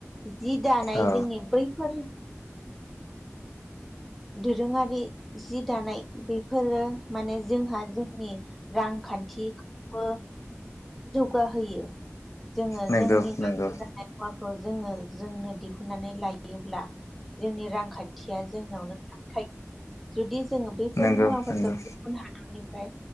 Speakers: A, in the centre; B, on the left.
A: जि दानाय
B: औ
A: जोंनि बैफोर दोरोङारि जि दानाय बेफोरो माने जोंहा जोंनि रांखान्थिखौबो जौगाहोयो। जोङो
B: नंगौ
A: जोंनि
B: नंगौ
A: नं मुवाखौ जोङो जोंनो दिहुननानै लायोब्ला जोंनि रांखान्थिया जोंनावनो थायो जुदि जोङो बैफोर
B: नंगौ
A: मुवाफोरखौ
B: नंगौ नंगौ
A: गुबुन हादरनिफ्राय